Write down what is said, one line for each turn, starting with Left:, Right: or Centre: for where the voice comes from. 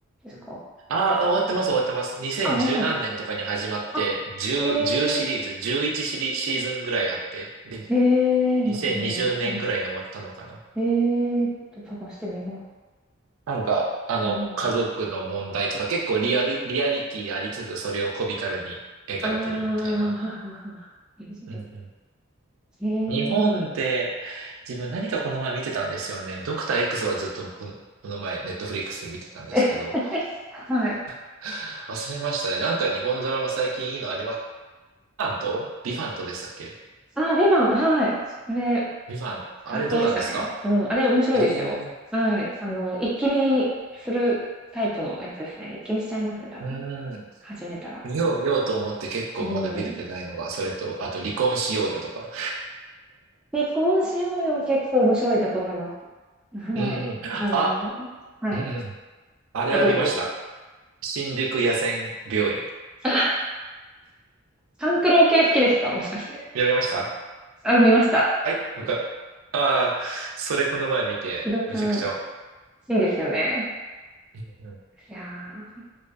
Centre: うすん。か？
Right: ああ、終わってます、終わってます。2010何年とかに始まって、
Centre: あ、終わったねあ、
Right: 10、
Centre: ええ、
Right: 10シリーズ、11シリ、シーズンぐらいあって、で、
Centre: ーえ、
Right: 2020年ぐらいに終わったのかな。
Centre: また飲んでる。あ、ええ、ちょっと探してみます。
Right: なんか、あの、
Centre: うん。
Right: 家族の問題とか結構リアル、リアリティありつつ、それをコミカルに描いてるみたいな。
Centre: ああ、ははは。いいですけど。
Right: うんうん
Centre: え
Right: 日本で自分何かこの前見てたんですよね。ドクター X はずっとこの、この前ネットフリックスで見てたんですけど、
Centre: え。え <laughs> はい。
Right: <laughs> 忘れましたね。なんか日本のドラマ最近いいのありますビバントビバントでしたっけ
Centre: あ、ビバン、はい。あれ、
Right: ビバン。あれどうなんですか
Centre: 最高でしたね。うん、あれ面白いですよ。
Right: ええー
Centre: はい。あの、一気見するタイプのやつですね。一気見しちゃいますね、多分。
Right: うーん。
Centre: 始めたら。
Right: 見よう見ようと思って結構まだ見れてないのが、
Centre: うん。
Right: それと、あと離婚しようよとか。
Centre: 離婚しようよ、結構面白いんだと思います。はい。
Right: うんうん。
Centre: あの、
Right: あ、
Centre: はい。
Right: うんうん。あれは見ました。
Centre: あ、どうぞどうぞ。
Right: 新宿野戦病院。
Centre: <laughs> あ、勘九郎系好きですか？もしかして。
Right: 見られました
Centre: あ、見ました。
Right: はい、なんか、ああ、それこの前見て、
Centre: 資料館、
Right: めちゃくちゃ。
Centre: いいですよね。
Right: うんうん、
Centre: いやー、